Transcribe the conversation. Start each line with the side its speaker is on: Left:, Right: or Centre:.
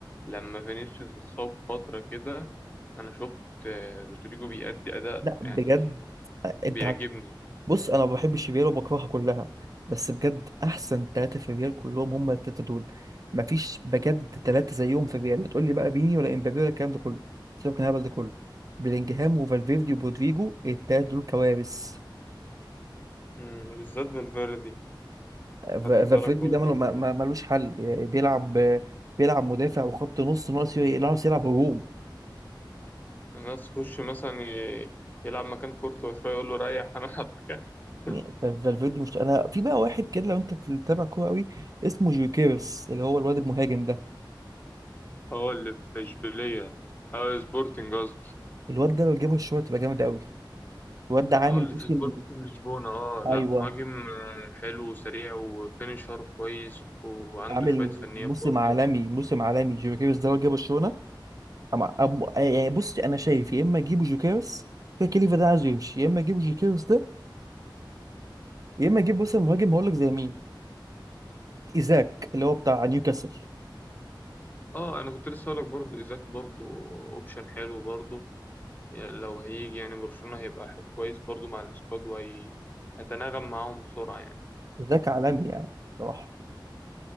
Left: لما فينيسيوس اتصاب فترة كده انا شفت آه، رودريجو بيأدي اداء
Right: لا بجد
Left: يعني
Right: انت
Left: بيعجبني
Right: بص انا ما بحبش الريال وبكرهها كلها بس بجد احسن ثلاثه في الريال كلهم هم الثلاثه دول مفيش بجد ثلاثه زيهم في الريال تقول لي بقى فيني ولا امبابي ولا الكلام ده كله سيبك من الهبل ده كله بلينجهام وفالفيردي وبودريجو الثلاثه دول كوارث
Left: مم، بالذات فالفيردي
Right: فا-
Left: خدت
Right: فالفيردي
Left: بالك برضو
Right: ده ملو- ما- ما- ملوش حل يعني بيلعب بيلعب مدافع وخط نص ناقص يلعب يلعب هجوم
Left: الناس تخش مثلا ي- يلعب مكان كورتوا شوية يقول له ريح <laughs> أنا ألعب مكان
Right: يعني
Left: <laughs>
Right: فالفيردي مش انا في بقى واحد كده لو انت بتتابع كوره قوي اسمه جيوكيرس اللي هو الواد المهاجم ده
Left: اه اللي في إشبيلية اه سبورتنج قصدي
Right: الواد ده لو جابه الشوط تبقى جامد قوي الواد ده عامل
Left: اه اللي
Right: موسم
Left: في سبورتنج لشبونة اه
Right: ايوه
Left: لا مهاجم آه، حلو وسريع وفينيشر كويس و- وعنده
Right: عامل
Left: شوية فنيات
Right: موسم
Left: برضه
Right: عالمي موسم عالمي جوكيرس ده لو جه برشلونه أما... أم... يعني بص انا شايف يا اما اجيبه جوكيرس كده كليفا ده عايز يمشي يا اما اجيبه جوكيرس ده يا اما اجيب مثلا مهاجم هقول لك زي مين ايزاك اللي هو بتاع نيوكاسل
Left: اه انا كنت لسه هقولك برضه ايزاك برضه اوبشن حلو برضه يعني لو هيجي يعني برشلونة هيبقى حب كويس برضه مع السكواد وهيتناغم معاهم بسرعة يعني
Right: ايزاك عالمي يعني صراحه